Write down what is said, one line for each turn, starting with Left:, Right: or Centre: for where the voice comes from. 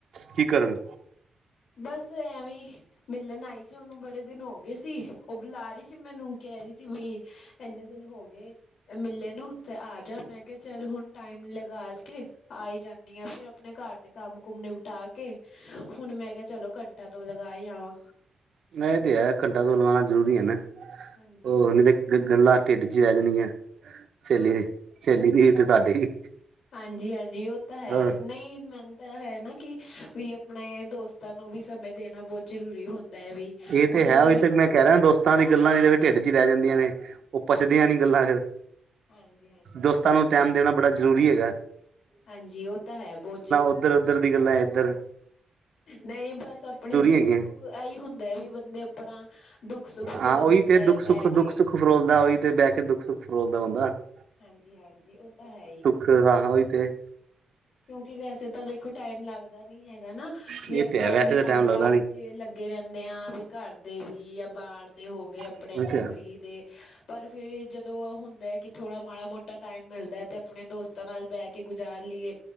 Right: ਕੀ ਕਰਨ
Left: ਬਸ ਐਵੇਂ ਈ ਮਿਲਣ ਆਈ ਸੀ ਉਹਨੂੰ ਬੜੇ ਦਿਨ ਹੋਗ ਗੇਸੀ ਈ ਉਹ ਬੁਲਾ ਰਹੀ ਸੀ ਮੈਨੂੰ ਕਹਿ ਰਹੀ ਸੀ ਵੀ ਇਨੇ ਦਿਨ ਹੋ ਗਏ ਮਿਲੇ ਨੂੰ ਤੇ ਆ ਜਾ ਮੈਂ ਕਿਹਾ ਚੱਲ ਹੁਣ ਟਾਈਮ ਲਗਾ ਕੇ ਆਈ ਜਾਂਣੀ ਆ ਫਿਰ ਮੈ ਘਰ ਦੇ ਕੰਮ ਕੁਮ ਨਿਪਟਾ ਕੇ ਏ ਹੁਣ ਮੈਂ ਕਿਹਾ ਚਲੋ ਘੰਟਾ ਦੋ ਲਗਾ ਈ ਆਵਾਂ
Right: ਇਹ ਤੇ ਐ ਘੰਟਾ ਤੋਂ ਲਵਾਉਣਾ ਜ਼ਰੂਰੀ ਐ ਨਾ
Left: ਹਾਂਜੀ-ਹਾਂਜੀ
Right: ਉਹ ਨਹੀ ਤੇ ਗੱਲਾਂ ਢਿੱਡ ਚ ਰਹਿ ਜਾਣੀਆਂ ਸਹੇਲੀ ਦੇ ਏ ਸਹੇਲੀ ਵੀ ਈ ਤੇ ਤਾਡੇ ਵੀ
Left: ਹਾਂਜੀ ਈ ਹਾਂਜੀ ਈ ਉਹ ਤਾਂ ਐ
Right: ਹਾਂ,
Left: ਨਹੀਂ ਮੈਨੂੰ ਤਾਂ ਹੈ ਨਾ ਆ ਕਿ ਵੀ ਆਪਣੇ ਦੋਸਤਾਂ ਨੂੰ ਵੀ ਸਮੇਂ ਦੇਣਾ ਬਹੁਤ ਜਰੂਰੀ ਹੁੰਦਾ ਐ ਵੀ
Right: ਇਹ
Left: ਉਹਨਾਂ
Right: ਤੇ ਹੈ
Left: ਲਈ
Right: ਉਹੀ
Left: ਵੀ ਸਮੇਂ
Right: ਤੇ ਮੈਂ ਕਹਿ
Left: ਕੱਢ
Right: ਰਿਹਾ
Left: ਮੈ
Right: ਦੋਸਤਾਂ
Left: ਚਾਹੀਦਾ
Right: ਦੀ
Left: ਐ
Right: ਗੱਲਾਂ ਨਹੀਂ ਤੇ ਫਿਰ ਢਿੱਡ ਚ ਰਹਿ ਜਾਂਦੀਆਂ ਨੇ ਉਹ ਪੱਚਦੀਆਂ ਨਹੀ ਗੱਲਾਂ ਆ ਫੇਰ
Left: ਹਾਂਜੀ ਈ ਹਾਂਜੀ ਈ
Right: ਦੋਸਤਾਂ ਨੂੰ ਟਾਇਮ ਦੇਣਾ ਬੜਾ ਜ਼ਰੂਰੀ ਹੈਗਾ ਐ
Left: ਹਾਂਜੀ ਉਹ ਤਾਂ ਹੈ ਬਹੁਤ ਜਰੂ
Right: ਏਧਰ ਉਧਰ ਦੀ ਗੱਲਾਂ ਆ ਇੱਧਰ ਆ
Left: ਨਈ ਬਸ ਆਪਣੇ ਦੁੱਖ
Right: ਹੈਗੀਆਂ
Left: ਸੁੱਖ ਐਈ ਹੁੰਦਾ ਵੀ ਬੰਦੇ ਆਪਣਾ ਆ ਦੁੱਖ ਸੁੱਖ ਫਰੋਲ
Right: ਹਾਂ ਉਹੀ
Left: ਲੈਂਦਾ
Right: ਤੇ ਦੁੱਖ
Left: ਐ
Right: ਸੁੱਖ
Left: ਬਹਿ ਕੇ
Right: ਦੁੱਖ ਸੁੱਖ ਫਰੋਲਦਾ ਹੋਈ ਤੇ ਬਹਿ ਕੇ ਦੁੱਖ ਸੁੱਖ ਫਰੋਲਦਾ ਬੰਦਾ ਆ
Left: ਹਾਂਜੀ ਈ ਹਾਂਜੀ ਈ ਉਹ ਤਾਂ ਹੈ ਈ
Right: ਕਰਨਾ ਵੀ ਤੇ ਏ
Left: ਕਿਉਂਕਿ ਈ ਵੈਸੇ ਤਾਂ ਵੇਖੋ ਟਾਈਮ ਲੱਗ ਆ ਤਾ ਹੀ ਹੈਗਾ ਨਾ ਆ ਵੀ
Right: ਇਹ
Left: ਆਪਾਂ
Right: ਤੇ ਹੈ
Left: ਆਪਣੇ
Right: ਵੈਸੇ ਤਾਂ
Left: ਕੰਮ
Right: ਟਾਈਮ ਲੱਗਦਾ
Left: ਕਾਜ
Right: ਨੀ
Left: ਚ ਲੱਗੇ ਰਹਿੰਣੇ ਆ ਵੀ ਘਰ ਦੇ ਵੀ ਜਾਂ ਬਾਰ ਦੇ ਹੋ ਗਏ ਆਪਣੇ
Right: ਉਹ
Left: ਨੌਕਰੀ
Right: ਤੇ ਹੈ।
Left: ਦੇ ਏ ਪਰ ਫਿਰ ਜਦੋਂ ਉਹ ਹੁੰਦਾ ਐ ਕਿ ਥੋੜ੍ਹਾ ਆ ਮਾੜਾ ਮੋਟਾ ਟਾਈਮ ਮਿਲਦਾ ਤੇ ਆਪਣੇ ਦੋਸਤਾਂ ਨਾਲ ਬਹਿ ਕੇ ਗੁਜ਼ਾਰ ਪਰੀ ਲੀਏ